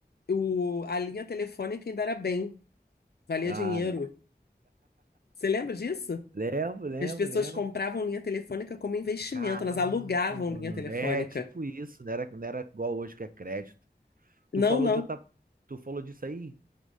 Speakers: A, on the left; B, on the right.
A: o, a linha telefônica ainda era bem, valia
B: Ah,
A: dinheiro.
B: é.
A: Você lembra disso?
B: <laughs> lembro, lembro,
A: As pessoas
B: lembro.
A: compravam linha telefônica como investimento,
B: Caraca,
A: elas alugavam
B: mano.
A: linha telefônica.
B: É tipo isso, não era, não era igual hoje que é crédito.
A: Não,
B: Tu falou
A: não.
B: de outra, tu falou disso aí?